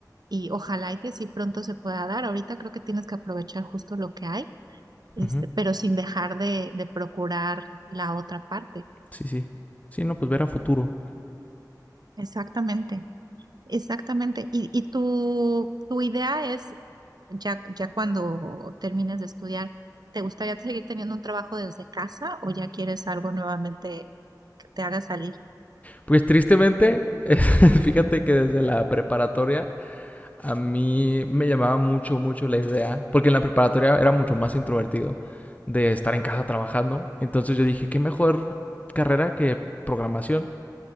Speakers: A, on the right; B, on the left.
A: y ojalá y que sí pronto se pueda dar. Ahorita creo que tienes que aprovechar justo lo que hay, este,
B: Ujú.
A: pero sin dejar de, de procurar la otra parte.
B: Sí, sí. Sí, no, pues ver a futuro.
A: Exactamente, exactamente. Y, y tu, tu idea es ya, ya cuando termines de estudiar, ¿te gustaría seguir teniendo un trabajo desde casa o ya quieres algo nuevamente que te haga salir?
B: Pues tristemente, <laughs> fíjate que desde la preparatoria a mí me llamaba mucho, mucho la idea, porque en la preparatoria era mucho más introvertido de estar en casa trabajando. Entonces yo dije, qué mejor carrera que programación.